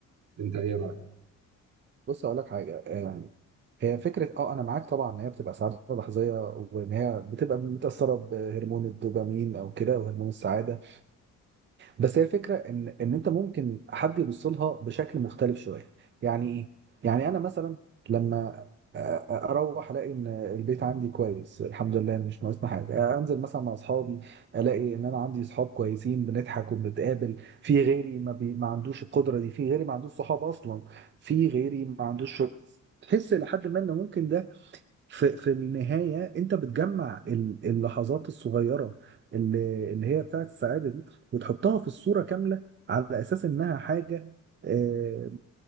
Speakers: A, on the right (about 65°); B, on the right (about 40°).
A: أنت إيه رأيك؟
B: بص اقول لك حاجه آم، هي فكره اه انا معاك طبعا ان هي بتبقى سعاده لحظيه وان هي بتبقى متاثره بهرمون الدوبامين او كده وهرمون السعاده بس هي الفكره ان ان انت ممكن حد يبص لها بشكل مختلف شويه يعني ايه يعني انا مثلا لما أ- أ- اروح الاقي ان البيت عندي كويس الحمد لله مش ناقصنا حاجه آه، انزل مثلا مع اصحابي الاقي ان انا عندي اصحاب كويسين بنضحك وبنتقابل في غيري ما, بي ما عندوش القدره دي في غيري ما عندوش صحاب اصلا في غيري ما عندوش شغل تحس لحد ما ان ممكن ده في في النهاية أنت بتجمع ال- اللحظات الصغيرة اللي اللي هي بتاعت السعادة دي وتحطها في الصورة كاملة على أساس إنها حاجة آه،